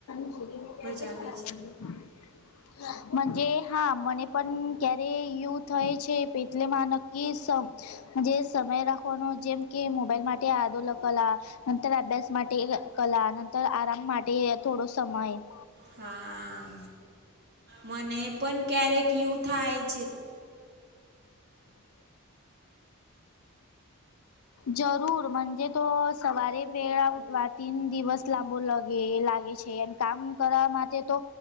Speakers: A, on the left; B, on the right.
A: <unintelligible>
B: ભજાવે છે
A: મજ હા મને પન ક્યારે યુ થાય છે, <unintelligible> એટલેમાં નક્કી સ જે સમય રા કોનો જેમ કે મોબાઈલ માટે આદોલકલા નંતર અભ્યાસ માટે કલા નંતર આરામ માટે થોડો સમય <inaudible>
B: હા મને પણ ક્યારેક યું થાય છે.
A: જરૂર મજે તો સવારે વેળા ઉઠવા તીન દિવસ લાંબો લગે લાગે છે. કામ કરવા માટે તો